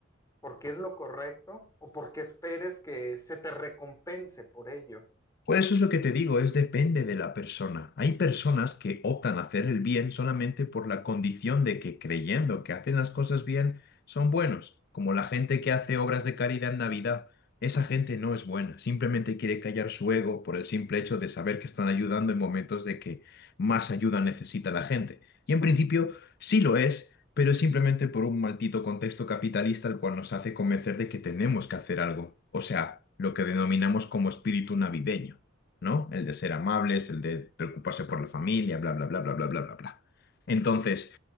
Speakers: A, on the left; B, on the left.
A: porque es lo correcto o porque esperes que se te recompense por ello.
B: Pues eso es lo que te digo, es depende de la persona. Hay personas que optan a hacer el bien solamente por la condición de que creyendo que hacen las cosas bien son buenos, como la gente que hace obras de caridad en Navidad. Esa gente no es buena, simplemente quiere callar su ego por el simple hecho de saber que están ayudando en momentos de que más ayuda necesita la gente. Y en principio sí lo es pero es simplemente por un maldito contexto capitalista el cual nos hace convencer de que tenemos que hacer algo, o sea, lo que denominamos como espíritu navideño, ¿no? El de ser amables, el de preocuparse por la familia, bla, bla, bla, bla, bla, bla, bla, bla. Entonces,